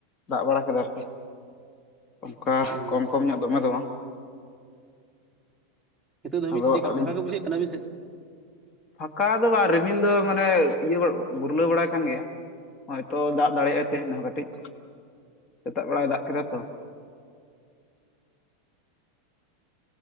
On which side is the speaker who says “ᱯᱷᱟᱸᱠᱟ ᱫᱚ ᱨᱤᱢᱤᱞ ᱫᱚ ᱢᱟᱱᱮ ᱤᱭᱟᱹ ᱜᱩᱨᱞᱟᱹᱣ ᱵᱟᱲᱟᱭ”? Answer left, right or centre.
Left